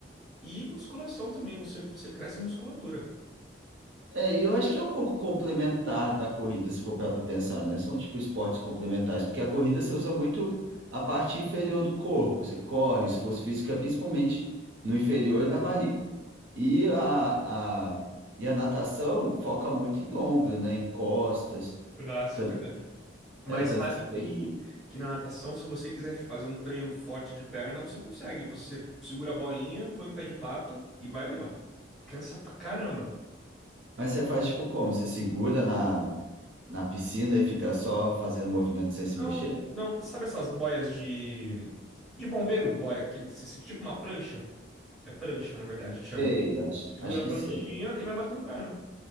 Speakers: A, in the centre; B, on the right (about 80°).
A: E musculação também, você, você cresce a musculatura.
B: É, e eu acho que é um pouco complementar da corrida, se for parar pra pensar, né? São tipo esportes complementares, porque a corrida você usa muito a parte inferior do corpo, você corre, esforço físico é principalmente no inferior
A: Verdade.
B: e na barriga. E a, a, e a natação foca muito em ombro, né? Em costas.
A: Braço,
B: Tanto,
A: verdade. Mas
B: é, tanto
A: sabe
B: que você
A: que,
B: vê que.
A: que na natação, se você quiser fazer um treino forte de perna, você consegue. Você segura a boinha, põe um pé de pato e vai ali, ó. Cansa pra caramba.
B: Mas você faz tipo como? Você segura na, na piscina e fica só fazendo movimento sem se
A: Não,
B: mexer?
A: não, sabe essas boias de de bombeiro, boia, aquele tipo uma prancha? É prancha, na verdade, que chama.
B: Sei, acho,
A: Segura
B: acho
A: a
B: que
A: pranchinha
B: sei.
A: e vai batendo perna.